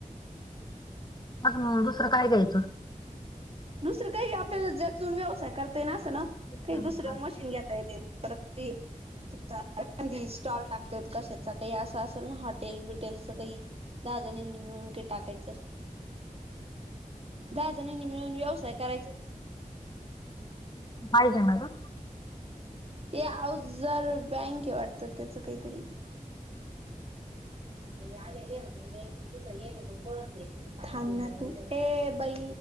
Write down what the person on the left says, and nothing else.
अग म दुसर काय द्यायच.
मिक्सर
मध्ये काढायचं
<unintelligible>
पाहिजे ना ग